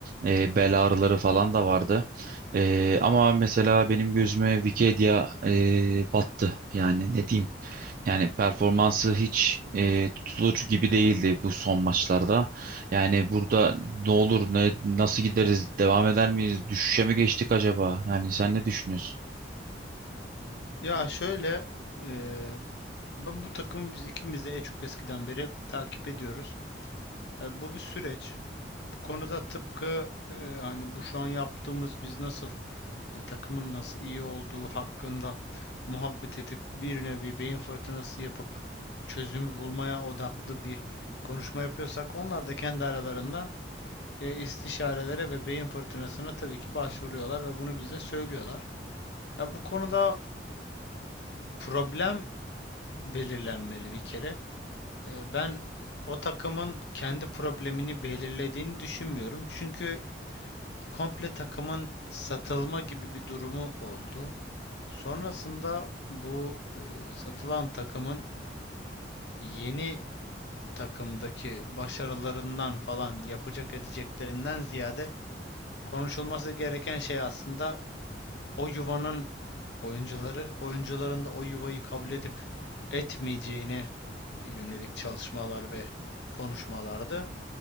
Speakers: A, on the right; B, on the left.
A: e, bel ağrıları falan da vardı. E, ama mesela benim gözüme Wikipedia e, battı. Yani ne diyeyim? Yani performansı hiç e, tutulur gibi değildi bu son maçlarda. Yani burada ne olur, ne nasıl gideriz, devam eder miyiz, düşüşe mi geçtik acaba? Yani sen ne düşünüyorsun?
B: Ya şöyle eee, ben bu takımı biz ikimiz de e, çok eskiden beri takip ediyoruz. E, bu bir süreç. Bu konuda tıpkı e, hani bu şu an yaptığımız biz nasıl e, takımın nasıl iyi olduğu hakkında muhabbet edip bir nevi beyin fırtınası yapıp çözümü bulmaya odaklı bir konuşma yapıyorsak onlar da kendi aralarında e, istişarelere ve beyin fırtınasına tabii ki başvuruyorlar ve bunu bize söylüyorlar. Ya bu konuda problem belirlenmeli bir kere. E, Ben o takımın kendi problemini belirlediğini düşünmüyorum. Çünkü komple takımın satılma gibi bir durumu oldu. Sonrasında bu e, satılan takımın yeni takımdaki başarılarından falan yapacak edeceklerinden ziyade konuşulması gereken şey aslında o yuvanın oyuncuları, oyuncuların da o yuvayı kabul edip etmeyeceğine yönelik çalışmalar ve konuşmalardı.